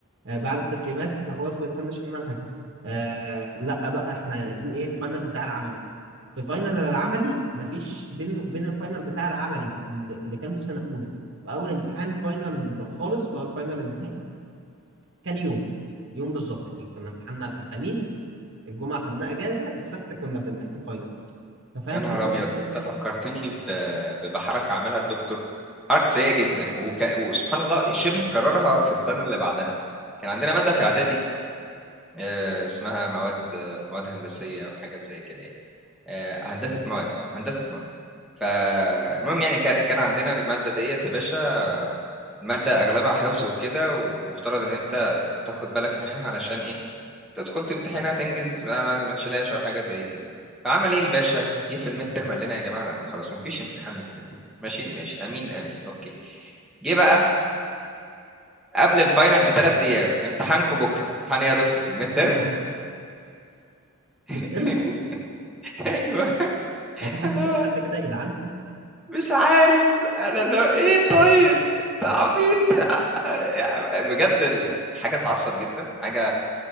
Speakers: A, on the right (about 55°); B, in the centre.
A: آه بعد التسليمات احنا خلاص بنفنش المنهج آه لا بقى احنا عايزين ايه الفاينل بتاع العملي في فاينل العملي مفيش بين بين الفاينل بتاع العملي اللي اللي كان في سنة أولى وأول امتحان فاينل خالص اللي هو الفاينل النهائي كان يوم يوم بالظبط يعني كنا امتحاننا الخميس الجمعة خدنا أجازة السبت كنا بنمتحن فاينل ففاهم
B: يا نهار
A: فاللي
B: ابيض
A: هو الدنيا
B: انت فكرتني
A: طب
B: ب- ب- بحركه عملها الدكتور حركه سيئه جدا وك... وسبحان الله شبه كررها في السنه اللي بعدها كان عندنا ماده في اعدادي آه، اسمها مواد آه، مواد هندسيه وحاجات زي كده يعني آه، هندسه مواد اه هندسه مواد فالمهم يعني كان كان عندنا الماده ديت يا باشا الماده اغلبها حفظ وكده و- ومفترض ان انت تاخد بالك منها علشان ايه تدخل تمتحنها تنجز ما, ما, ما تشيلهاش او حاجه زي كده فعمل ايه الباشا جه في الميد ترم قال لنا يا جماعه لا خلاص ما فيش امتحان ميد ترم ماشي ماشي امين امين اوكي جه بقى قبل الفاينل بثلاث ايام امتحانكم بكره امتحان ايه يا دكتور الميد ترم
A: أنا يعني من
B: <laughs> ايوه
A: هو في حد
B: اللي
A: يخض
B: هو
A: حد كده يا جدعان
B: مش عارف انا اللي هو ايه طيب انت عبيط يعني بجد ال- حاجه تعصب جدا حاجه